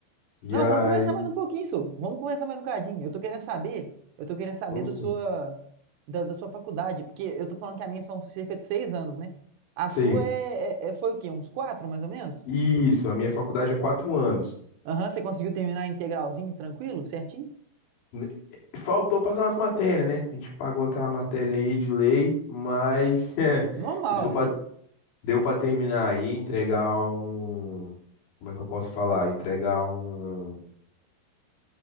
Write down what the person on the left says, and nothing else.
E
aí,
vamos
sim.
Sim.
Isso, a minha faculdade é quatro anos.
N- eh, Faltou pagar umas matérias, né? A gente pagou aquela matéria aí de lei, mas <laughs> eh,
deu pra,
deu para terminar aí, entregar um. Como é que eu posso falar? Entregar um.